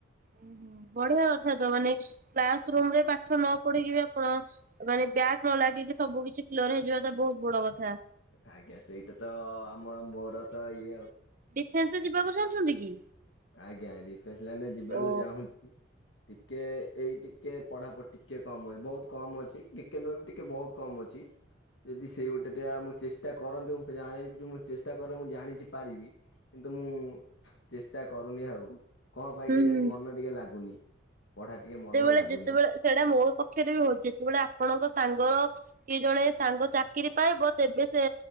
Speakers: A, on the right; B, on the left.
A: ଉଁ ହୁଁ। ବଢିଆ କଥା ତ ମାନେ କ୍ଲାସ ରୁମ୍ ରେ ପାଠ ନ ପଢିକି ବି ଆପଣ ମାନେ ବ୍ୟାଗ ନ ଲାଗ ସବୁ କିଛି କ୍ଲିୟର ହେଇଯିବା ତା ବହୁତ ବଡ କଥା।
B: ଆଜ୍ଞା ସେଇଟା ତ ଆମ ମୋର ତ ଇଏ ଆଉ
A: ସାଙ୍ଗେ ସାଙ୍ଗେ ଯିବାକୁ ଚାହୁଁଛନ୍ତି କି?
B: ଆଜ୍ଞା ଡିଫେନ୍ସ ଲାଇନ ରେ ଯିବାକୁ
A: ଓ
B: ଚାହୁଁଛି। ଟିକେ ଏଇ ଟିକେ ପଢାପଢି ଟିକେ କମ୍ ଅଛି ବହୁତ କମ୍ ଅଛି ଟିକେ ନ ଟିକେ ବହୁତ କମ୍ ଅଛି। ଯଦି ସେଇ ଗୋଟେ ଟିଆ ମୁଁ ଚେଷ୍ଟା କରନ୍ତୁ ମୁଁ ଜା ମୁଁ ଚେଷ୍ଟା କଲେ ମୁଁ ଜାଣିଛି ପାରିବି କି କିନ୍ତୁ ମୁଁ ଚେଷ୍ଟା କରୁନି ଆଉ କଣ ପାଇଁକ
A: ହୁଁ
B: କେଜାଣି
A: ହୁଁ
B: ମନ ଟିକେ ଲାଗୁନି। ପଢା ଟିକେ
A: ଯେତେବେଳେ
B: ମନ ଲାଗୁନି
A: ଯେତେବେଳେ ସେଇଟା ମୋ ପକ୍ଷରେ ବି ହଉଚି ଯେତେବେଳେ ଆପଣଙ୍କ ସାଙ୍ଗର କି ଜଣେ ସାଙ୍ଗ ଚାକିରି ପାଇବ ତେବେ ସେ